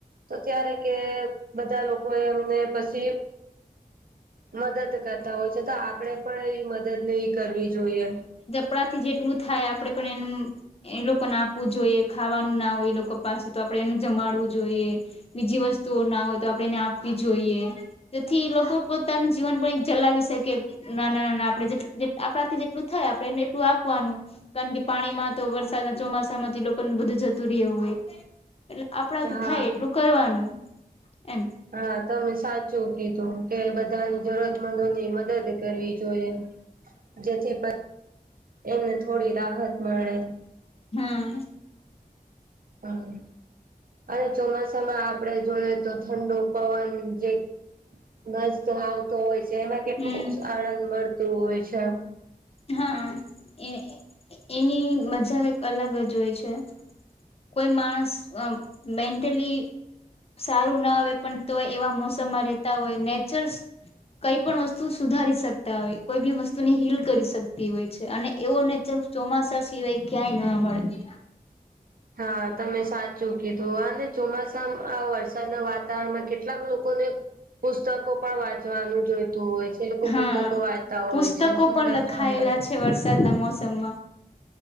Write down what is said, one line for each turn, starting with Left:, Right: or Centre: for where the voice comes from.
Right: તો ત્યારે કે બધા લોકો એ એમને પસી મદદ કરતા હોય છે. તો આપડે પણ એવી મદદ ને એવી કરવી જોઈએ.
Left: આપડાથી જેટલું થાય આપડે પણ એનું એ લોકોને આપવું જોઈએ, ખાવાનું ના હોય એ લોકો પાસે તો આપડે એનું જમાડવું જોઈએ. બીજી વસ્તુઓ ના હોય તો આપડે એને આપવી જોઈએ. તેથી લોકો પોતાનું જીવન પણ એક જલાવી શકે. નાના-નાના આપડે જે-જે આપણાથી જેટલું થાય, આપણે એને એટલું આપવાનું. કારણ કે પાણીમાં તો વરસાદના ચોમાસા માંથી લોકોને બધું જતું રયું હોય. એટલે આપણા થી
Right: હા
Left: થાય એટલું કરવાનું એમ.
Right: હા. તમે સાચું કીધું કે બધ ધાની જરૂરતમંદોની મદદ કરવી જોઈએ. જેથી <unintelligible> એમને થોડી રાહત મળે.
Left: હમ્મ.
Right: હા. અને ચોમાસામાં આપડે જોઈએ તો ઠંડુ પવન જે. મસ્ત આવતો હોય છે એમાં કેટલું
Left: હમ
Right: આનંદ મળતું હોય છે.
Left: હા એ એની મજા કઈક અલગ જ હોય છે. કોઈ માણસ આ મેન્ટલી. સારું ના આવે પણ તો એવા મોસમમાં રહેતા હોય નેચર. કઈ પણ વસ્તુ સુધારી શકતા હોય કોઈ બી વસ્તુ ને હીલ. કરી શકતી હોય છે અને એવો નેછર ચોમાસા સિવાય ક્યાંય ના મળે.
Right: હા તમે સાચું કીધું આ ને. ચોમાસા આ વરસાદના વાતાવરણમાં કેટલાક લોકોને. પુસ્તકો પણ વાંચવાનું જોઈતું હોય છે. જે લોકો
Left: હા
Right: પુસ્તકો વાચતા હોય
Left: પુસ્તકો
Right: છે સુંદર
Left: પણ લખાયેલા
Right: સુંદર.
Left: છે વરસાદના મોસમમાં.